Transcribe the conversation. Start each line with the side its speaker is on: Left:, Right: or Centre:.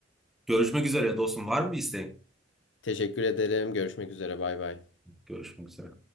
Centre: Görüşmek üzere dostum. Var mı bir isteğin?
Left: Teşekkür ederim. Görüşmek üzere. Bay bay.
Centre: Görüşmek üzere.